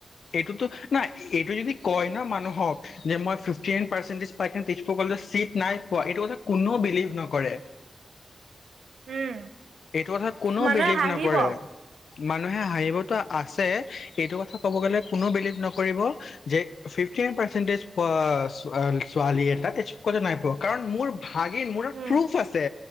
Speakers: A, on the left; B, on the right.
A: এইটোতো না এইটো যদি কয় ন মানুহক যে মই ফিফ টেন পাৰ্চেণ্টেজ পায় কিন্তু তেজপুৰ কলেজত চিট নাই পোৱা এইটো কথা কোনো বিলিভ নকৰে
B: উম
A: এইটো কথা কোনেও
B: মানুহে
A: বিলিভ
B: হাঁহিব
A: নকৰে মানুহে হাঁহিবতো আছে এইটো কথা ক'ব গ'লে কোনো বিলিভ নকৰিব যে ফিফটি নাইন পাৰ্চেন্টেজ পোৱা ছোৱালী ছোৱালী এটা তেজপোকতে নাই পোৱা কাৰণ মোৰ ভাগিন মোৰ
B: উম
A: প্ৰুফ আছে